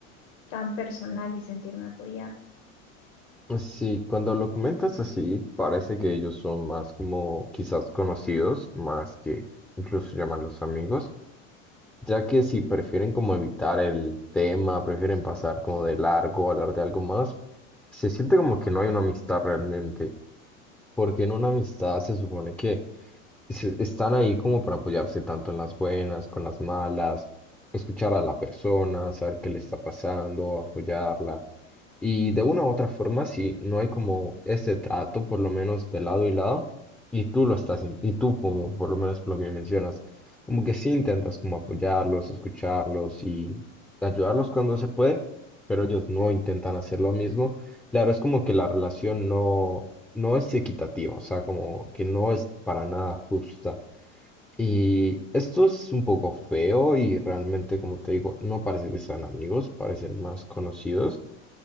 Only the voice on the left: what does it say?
tan personal y sentirme apoyada.